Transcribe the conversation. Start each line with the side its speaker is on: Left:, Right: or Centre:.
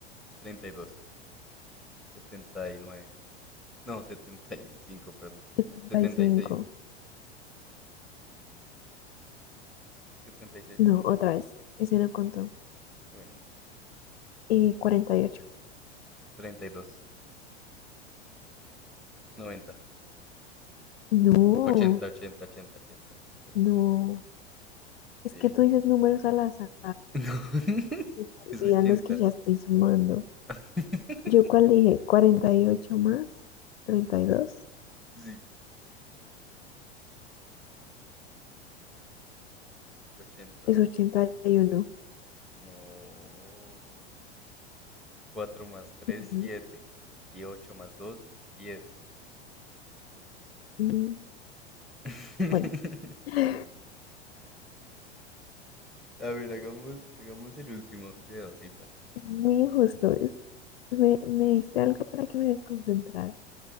Centre: treinta y dos, 79. no, 75. perdón.
Left: setenta
Centre: Setenta
Left: y cinco.
Centre: setenta y y seis, setenta y seis,
Left: No,
Centre: setenta
Left: otra
Centre: y seis.
Left: vez. Ese no contó.
Centre: bueno,
Left: Eh, cuarenta y ocho.
Centre: 32, 90,
Left: No,
Centre: 80, ochenta, ochenta, ochenta, ochenta, ochenta. ochenta,
Left: no. Es
Centre: sí.
Left: que tú dices números al azar.
Centre: No, <laughs>
Left: Se me
Centre: es
Left: olvidan
Centre: 80.
Left: los que ya estoy sumando.
Centre: <laughs>
Left: Yo cuál dije, Cuarenta y ocho más 32
Centre: Sí, 80.
Left: es 81.
Centre: No. cuatro más tres
Left: Claro.
Centre: siete Y 8 más dos 10.
Left: Mm,
Centre: <laughs>
Left: Bueno, <laughs>
Centre: A ver, hagamos, hagamos el último de dos cifras.
Left: es muy injusto. Es, me, me diste algo para que me desconcentrara.